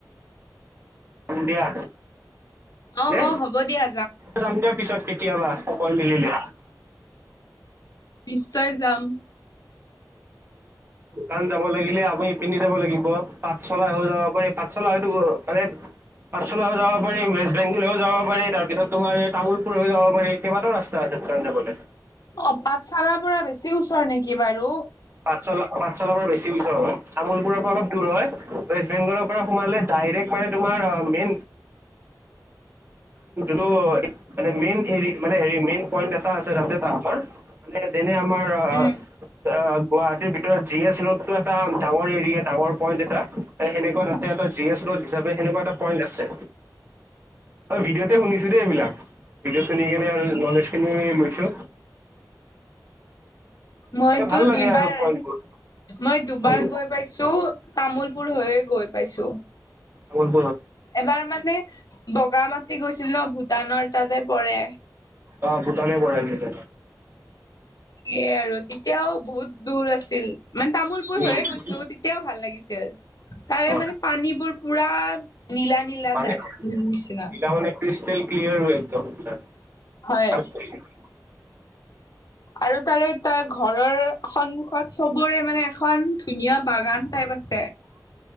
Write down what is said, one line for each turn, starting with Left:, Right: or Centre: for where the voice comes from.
Right: যাম দিয়া
Left: অ
Right: দে
Left: অ হ'ব দিয়া
Right: যাম দিয়া পিছত কেতিয়াবা অকল মিলিলে
Left: নিশ্চয় যাম
Right: কাৰণ যাব লাগিলে আপুনি পিন্ধি যাব লাগিব পাট চলা হৈ যাব পাৰি পাট চলা হয়তো মানে পাছালাও যাব পাৰি ৱেষ্ট বেংগলেও যাব পাৰি তাৰপিছত তোমাৰ এই তামোুলপুৰও যাব পাৰি কেইবাটাও ৰাস্তা আছে সতঞ্জাবলে
Left: অ পাঠশালাৰ পৰা ওচৰ নেকি বাৰু
Right: পাঠশালা পাঠশালাৰ পৰা বেছি ওচৰ হয় তামুললপুৰৰ পৰা অলপ দূৰ হয় ৱেষ্ট বেংগলৰ পৰা সোমালে ডাইৰেক্ট মানে তোমাৰ মেইন টো মেই মেইন পইন্ট এটা আছে ৰা তৰ মানে যেনে আমাৰ অ',
Left: উম
Right: অ', গুৱাহাটীৰ ভিতৰত জি এছ ৰোড টো এটা ডাঙৰ এৰিয়া ডাঙৰ পইণ্ন্ট এটা সেনেকুৱা তাতে এটাি এ হি সনেকুৱা এটা পইন্ট আছে অ', ভিডিঅ'তে শুনিছো দেই এইবিলাক ভিডিঅ' শুনি কিনে আৰু নলেজ খিনি লৈছো
Left: মইতো
Right: মানে ভাল লাগে
Left: দুইবাৰ
Right: আৰু পইণ্টবোৰ
Left: মই দুবাৰ
Right: উম,
Left: গৈ পাইছো তামুলপুৰ হৈয়ে গৈ পাইছো
Right: বোল
Left: এবাৰ মানে বগা মাটি গৈছিল ন ভূটানৰ তাতে পৰে
Right: অ', তনে প়ছে ত
Left: এয় আৰু তেতিয়াও বহুত দূৰ আছে ছিল মানে তামোলপুৰ
Right: উম,
Left: হৈয়ে গৈছো তেতিয়াও ভাল লাগিছিল তাৰে
Right: অ
Left: মানে পানীবোৰ পুৰা নীলা নীলা
Right: পানী
Left: তাই নিচিনা
Right: এইবিলাক মানে ক্ৰিষ্টেল ক্লিয়াৰ <unintelligible>
Left: হয়। আৰু তাৰে তাৰ ঘৰৰ সন্মুখত চবোৰে মানে এখন ধুনীয়া বাগান টাইপ আছে